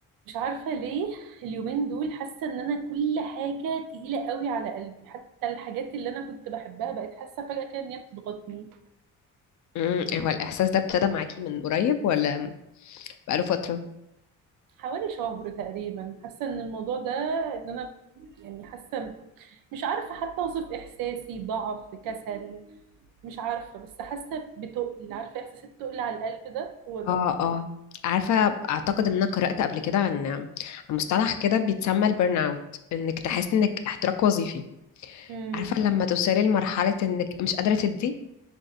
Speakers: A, on the right (about 85°); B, on the left (about 60°).
A: مش عارفة ليه اليومين دول حاسة ان انا كل حاجة تقيلة قوي على قلبي حتى الحاجات اللي انا كنت بحبها بقت حاسة فجأة كده ان هي بتضغطني
B: امم هو الإحساس ده ابتدى معاكي من قريب ولا بقاله فترة؟
A: حوالي شهر تقريبا حاسة ان الموضوع ده ان انا يعني حاسة مش عارفة حتى اوصف احساسي ضعف كسل مش عارفة بس حاسة بتقل عارفة احساس التقل على القلب ده هو ده
B: اه اه عارفة أعتقد إن أنا قرأت قبل كده عن عن مصطلح كده بيتسمى البرن أوت إنك تحس إنك احتراق وظيفي
A: امم
B: عارفة لما توصلي لمرحلة إنك مش قادرة تدي